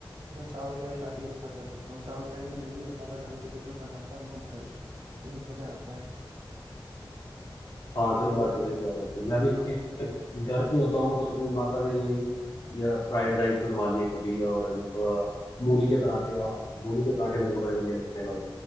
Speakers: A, on the right; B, on the left.
A: तो मैं चावल फ्राई काफी अच्छा कर लेता हूँ चावल फ्राई में मैगी मसाला डाल के जब मैं बनाता हूँ ना भाई एकदम मजा आता है
B: हाँ सही
A: चावल
B: बात
A: फ्राई
B: है सही बात है भाई। मैं भी
A: हाँ
B: घर पे होता हूँ तो अपनी माता से यही या फ्राइड राइस बनवा लिए कभी और अ, मूली के पराठे आ मूली के पराठे मेरे को बड़े बढ़िया लगते हैं भाई